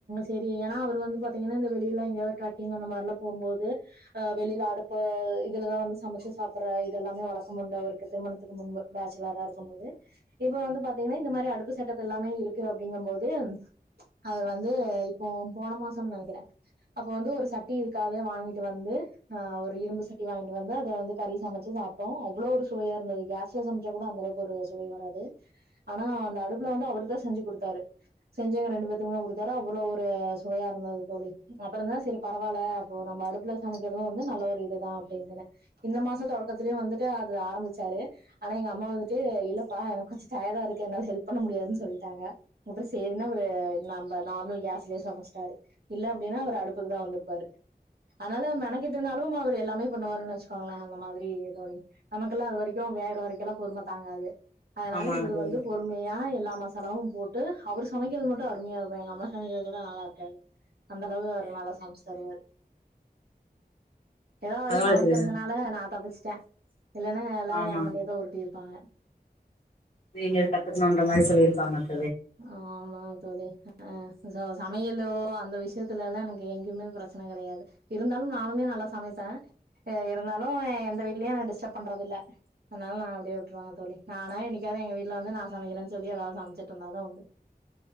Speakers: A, on the right; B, on the left.
A: செரி ம் எனா அவர் வந்து பாத்திங்கனா இந்த வெளியெல்லா எங்கயாது ட்ரக்கிங் அந்த மாதிரி எல்லாம் போகும் போது அஹ் வெளியில அடுப்பு இதுலதான் வந்து சமைச்சு சாப்பிடுற இது எல்லாமே வழக்கமுண்டு அவருக்கு திருமணத்துக்கு முன்பு பேச்சலரா இருக்கும் போது இப்ப வந்து பாத்தீங்கன்னா இந்த மாதிரி அடுப்பு செட்டப் எல்லாமே இருக்கு அப்படிங்கும் போது அதுல வந்து இப்போ போன மாசம்னு நெனக்கிறேன் அப்போ வந்து ஒரு சட்டி இதுக்காக வாங்கிட்டு வந்து ஆஹ் ஒரு இரும்பு சட்டி வாங்கிட்டு வந்து அத வந்து கறி சமைச்சு சாப்பிட்டோம் அவ்வளோ ஒரு சுவையா இருந்தது கேஸ்ல சமைச்சா கூட அந்த அளவுக்கு ஒரு சுவை வராது ஆனா அந்த அடுப்புல வந்து அவரு தான் செஞ்சு கொடுத்தாரு செஞ்சவங்க ரெண்டு பேத்துக்குமே கொடுத்தா அவ்வளோ ஒரு சுவையா இருந்தது தோழி அப்புறம்ந்தான் சரி பரவாயில்ல அப்போ நம்ம அடுப்புல சமைக்கிறதும் வந்து நல்ல ஒரு இதுதான் அப்படின்ட்டுன இந்த மாச தொடக்கத்தலேயும் வந்துட்டு அது ஆரம்பிச்சாரு ஆனா எங்க அம்மா வந்துட்டு இல்லப்பா எனக்கு கொஞ்சம் டயர்டா இருக்கு என்னால ஹெல்ப் பண்ண முடியாதுன்னு சொல்லிட்டாங்க அப்புறம் சேரின்னு அவரு நம்ம நார்மல் கேஸ்லயே சமைச்சிட்டாரு இல்ல அப்படின்னா அவ அடுப்புக்கு தான் வந்திருப்பாரு அதனால மெனக்கிட்டு இருந்தாலும் அவர் எல்லாமே பண்ணுவாருன்னு வச்சுக்கோங்களேன் அந்த மாதிரி தோ நமக்கெல்லாம் அது வரைக்கும் வேகற வரைக்கும் எல்லாம் பொறுமை தாங்காது அதனால
B: ஆமாங்க
A: இவரு
B: தோழி
A: வந்து பொறுமையா எல்லாம் மச தலவும் போட்டு அவரு சமைக்கிறது மட்டும் அருமையா இருக்கும் எங்க அம்மா சமைக்கிறது கூட நல்லா இருக்காது அந்த அளவு அவரு நல்லா தருவாரு ஏதோ அவரு
B: பரவால்ல
A: சமைக்கிறதனாலே
B: தோழி
A: நான் தப்பிச்சு சா இல்லேன்னா எல்லாரும்
B: ஆமாங்க
A: ஏம் மண்டையதான் உருட்டி இருக்கு பாங்க
B: நீங்க கத்துக்கணும்ன்ற மாதிரி சொல்லியிருப்பாங்க
A: ஆமா தோழி அ சோ சமையலோ அந்த விஷயத் துலல்லா எனக்கு எங்கயுமே பிரச்சன கிடையாது இருந்தாலும் நானுமே நல்லா சமைப்பே அ இருந்தாலு அ எந்த வீட்லயே நா டிஸ்டர்ப் பண்றதில்ல அத்னால நா அப்புடியே விட்ருவாங்க தோழி நானா எனைக்காவது எங்க வீட்ல வந்து நா சமைக்கிறன் சொல்லி எதாவது சமச்சிட் ட்ருந்தாதா உண்டு